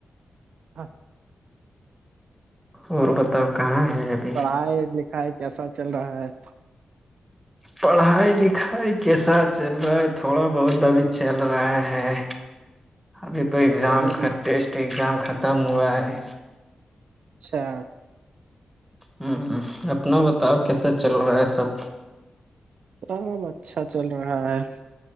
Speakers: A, on the right; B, in the centre.
A: اچھا
B: اور بتاؤ کہاں ہے-
A: پڑھائی لکھائی کیسا چل رہا ہے-
B: پڑھائی لکھائی کیسا چل رہا ہے تھوڑا بہت ابھی چل رہا ہے
A: <inaudible>
B: ابھی تو ایگزام
A: کالج
B: ٹیسٹ اگزام ختم ہوا ہے-
A: اچھا
B: ہ اپنا بتاؤ کیسے چل رہا ہے سب
A: اب اچھا چل رہا ہے